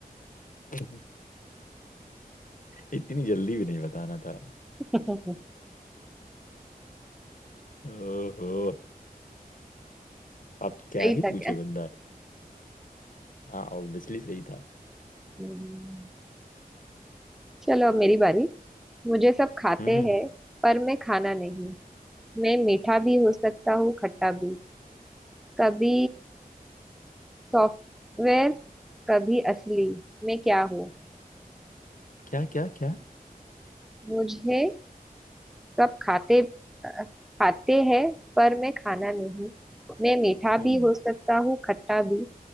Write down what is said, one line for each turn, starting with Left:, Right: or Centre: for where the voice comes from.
Left: <laughs> इतनी जल्दी भी नहीं बताना था
Centre: <laughs>
Left: ओहो अब क्या
Centre: सही
Left: ही
Centre: था
Left: पूछे
Centre: क्या
Left: बंदा हाँ ऑब्वियसली सही था
Centre: हम्म, चलो अब मेरी बारी मुझे सब खाते
Left: हम्म हम्म,
Centre: हैं
Left: हम्म।
Centre: पर मैं खाना नहीं मैं मीठा भी हो सकता हूँ खट्टा भी कभी सॉफ्टवेयर कभी असली मैं क्या हूँ
Left: क्या क्या क्या
Centre: मुझे सब खाते अ, खाते हैं पर मैं खाना नहीं मैं मीठा
Left: हम्म
Centre: भी हो सकता हूँ खट्टा भी